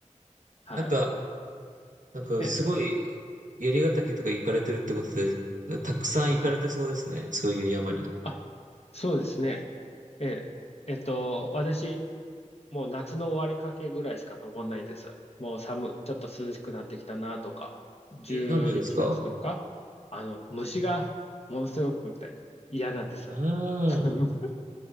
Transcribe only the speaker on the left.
はい。
え、
あ、
あ、そうですね。え、えっと、私、もう夏の終わりかけぐらいしか登んないんです。もう寒、ちょっと涼しくなってきたなとか、11月とか、
あの、虫がものすごくて嫌なんです。
<laughs>